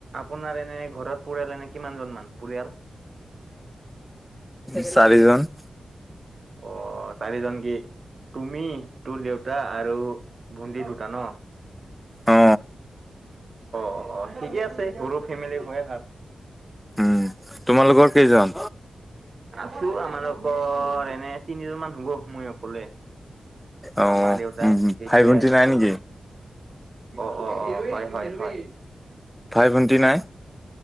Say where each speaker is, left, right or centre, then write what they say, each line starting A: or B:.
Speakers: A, on the right; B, in the centre.
A: আপোনাৰ এনে ঘৰত পৰিয়াল এনে কিমানজন মান পৰিয়াল
B: চাৰিজন
A: অ চাৰিজন কি তুমি তোৰ দেউতা আৰু ভণ্টি দুটা ন
B: অ
A: অ অ অ ঠিকে আছে সৰু ফেমিলি হৈয়ে ভাল
B: উম তোমালোকৰ কেইজন?
A: আছো আমালোকৰ এনে তিনিজনমান হ'ব মই অকলে
B: অ
A: আৰু মা দেউতা সেইটোৱে
B: ভাই ভন্টি
A: আৰু
B: নাই নেকি?
A: অ অ অ হয় হয় হ
B: <inaudible> নাই?